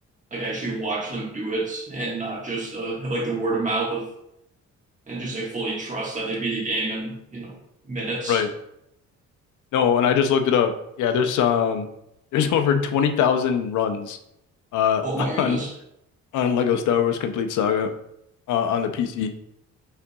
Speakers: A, on the right; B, on the left.
A: like actually watch them do it and not just uh, have like the word of mouth of and just like fully trust that they beat the game in, you know, minutes.
B: right. No, and I just looked it up. Yeah, there's um <laughs> there's over 20,000 runs uh
A: Oh my
B: <laughs>
A: goodness.
B: on on Lego Star Wars Complete Saga uh, on the PC.